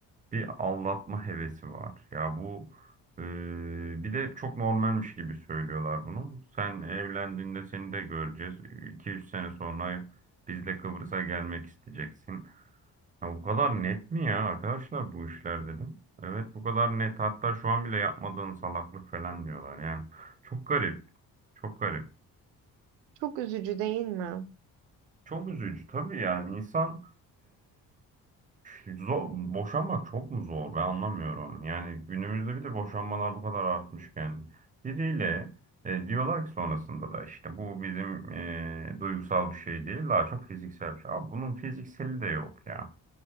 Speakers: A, on the right (about 15°); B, on the right (about 75°).
A: bir aldatma hevesi var. Ya bu e, bir de çok normalmiş gibi söylüyorlar bunu. Sen evlendiğinde seni de göreceğiz. iki üç sene sonra biz de Kıbrıs'a gelmek isteyeceksin. Ya bu kadar net mi ya arkadaşlar bu işler dedim. Evet bu kadar net. Hatta şu an bile yapmadığın salaklık falan diyorlar yani. Çok garip. Çok garip.
B: Çok üzücü değil mi?
A: Çok üzücü tabii yani insan e, zor, boşanmak çok mu zor ben anlamıyorum. Yani günümüzde bir de boşanmalar bu kadar artmışken biriyle e, diyorlar ki sonrasında da işte bu bizim e, duygusal bir şey değil daha çok fiziksel bir şey. Abi bunun fizikseli de yok ya.